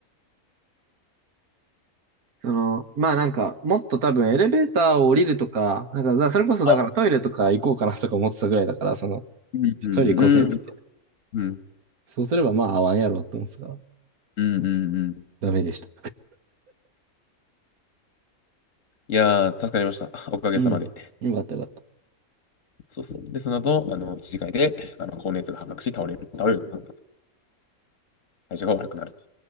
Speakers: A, on the right; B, on the left.
A: その、まあなんか、もっと多分エレベーターを降りるとか、なんか、だそれこそだからトイレとか行こうかなとか思ってたぐらいだから、
B: <laughs> あ、
A: その、
B: うん、うん、
A: トイレ行こうぜって言って。
B: うん、うん、うん、
A: そうすればまあ合わんやろうって思ってたから、
B: うん、うん、うん、
A: ダメでした。
B: いやー、助かりました。<laughs> おかげさまで。
A: うん。よかったよかった。
B: そうそう。で、その後、あの、一次会で、あの、高熱が発覚し、倒れる、倒れる、まあ体調が悪くなると。